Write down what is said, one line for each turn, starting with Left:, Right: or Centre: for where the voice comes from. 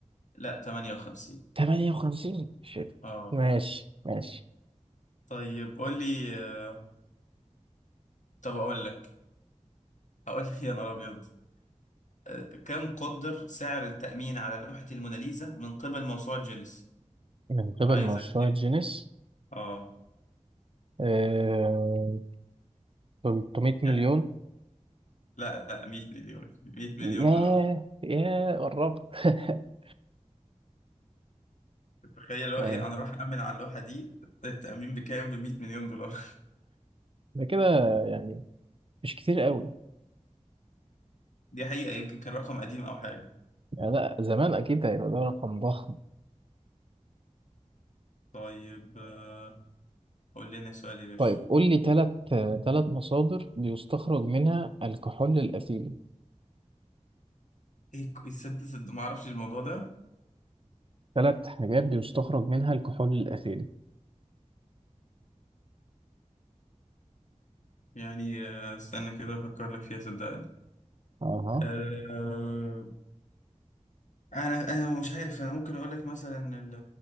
Left: لا 58
Right: 58 شيت
Left: اه
Right: ماشي ماشي
Left: طيب قول لي آه، طب اقول لك هقول لك يا نهار ابيض آه، كم قدر سعر التأمين على لوحة الموناليزا من قبل موسوعة جينيس
Right: من قبل
Left: عايزك
Right: مشروع
Left: ايه
Right: جينيس
Left: اه
Right: آه... 300 مليون
Left: يعني لا لا 100 مليون 100 مليون
Right: ياه
Left: دولار
Right: ياه قربت <laughs>
Left: تخيل هو
Right: طيب،
Left: ايه انا راح أأمن على اللوحة دي التأمين بكام ب 100 مليون دولار
Right: ده كده يعني مش كتير قوي
Left: <laughs> دي حقيقة يمكن كان رقم قديم او حاجة
Right: يعني لا زمان اكيد هيبقى ده رقم ضخم
Left: طيب آه، قول لنا سؤال يا باشا
Right: طيب قول لي ثلاث ثلاث مصادر بيستخرج منها الكحول الأثيلي
Left: ايه ك- صدق صدق ما اعرفش الموضوع ده
Right: ثلاث حاجات بيستخرج منها الكحول الأثيلي
Left: يعني آه، استنى كده افكر لك فيها صدقني
Right: أها
Left: آه، انا انا مش عارف انا ممكن اقول لك مثلا ال...